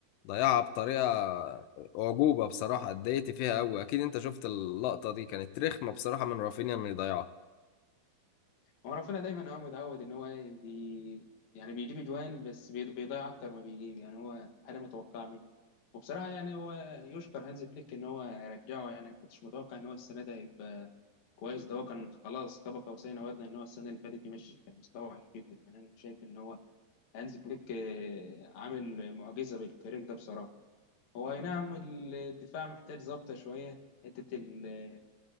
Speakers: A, on the left; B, on the left.
A: ضيعها بطريقة أعجوبة بصراحة اتضايقت فيها أوي أكيد أنت شفت اللقطة دي كانت رخمة بصراحة من رافينيا إنه يضيعها
B: هو رافينيا دايما هو متعود ان هو ايه بي يعني بيجيب اجوان بس بي- بيضيع اكتر ما بيجيب يعني هو حاجه متوقعه منه وبصراحه يعني هو يشكر هانز فليك ان هو رجعه يعني انا كنتش متوقع ان هو السنه ده هيبقى كويس ده هو كان خلاص كبك قوسين او ادنى ان هو السنه اللي فاتت يمشي كان مستوى وحش جدا يعني انا شايف ان هو هانز فليك آه، عامل معجزه بالفريق ده بصراحه هو اي نعم الدفاع محتاج ظبطه شويه حته ال-